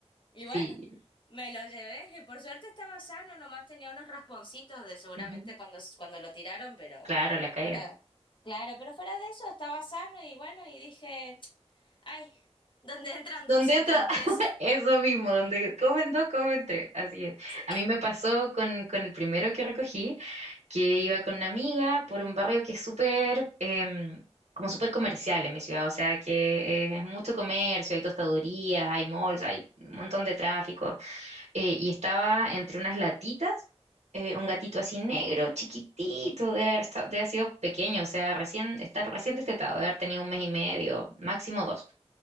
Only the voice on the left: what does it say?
Y
bueno, me lo llevé. y Por suerte estaba sano, nomás tenía unos rasponcitos de seguramente
cuando, cuando lo tiraron, pero,
pero claro, pero fuera de eso estaba sano y bueno, y dije. Ay, donde entran
dos, entran
tres.
<laughs>
Sí.